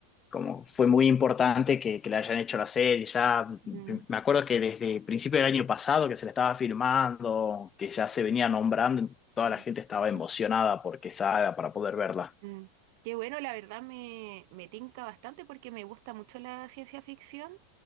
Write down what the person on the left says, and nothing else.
como fue muy importante que, que la hayan hecho la serie. Ya
me acuerdo que desde el principio del año pasado que se la estaba filmando, que ya se venía nombrando, toda
la gente estaba emocionada
porque salga para poder verla.